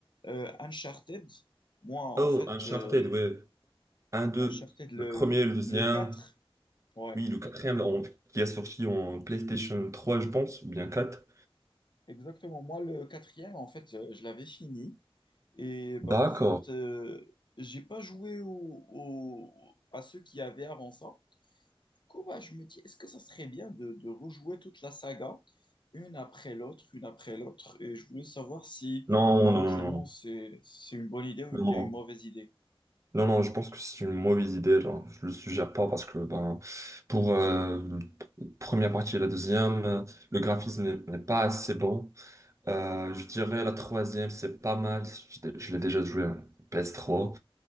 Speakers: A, on the left; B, on the right.
A: euh, Uncharted. Moi, en
B: Oh,
A: fait,
B: Uncharted,
A: euh,
B: ouais. Un, deux,
A: Uncharted, le,
B: le premier, le deuxième,
A: le 4. ouais,
B: oui, le quatrième là, on- qui a sorti en PlayStation trois, je pense, ou bien 4.
A: exactement. Moi, le quatrième, en fait, euh, je l'avais fini. Et bah,
B: D'accord.
A: en fait, euh, j'ai pas joué au, au- à ceux qui avaient avant ça. Du coup, bah, je me dis, est-ce que ça serait bien de, de rejouer toute la saga, une après l'autre, une après l'autre? Et je voulais savoir si
B: Non,
A: éventuellement
B: non, non,
A: c'est, c'est une bonne idée ou
B: non,
A: bien
B: non, non,
A: une mauvaise idée.
B: non, je pense que c'est une mauvaise idée, genre, je le suggère pas parce que ben, pour euh, la première partie et la deuxième, euh, le graphisme n'est n'est pas assez bon. Euh, je dirais la troisième, c'est pas mal, je l'ai je l'ai déjà joué en ps trois.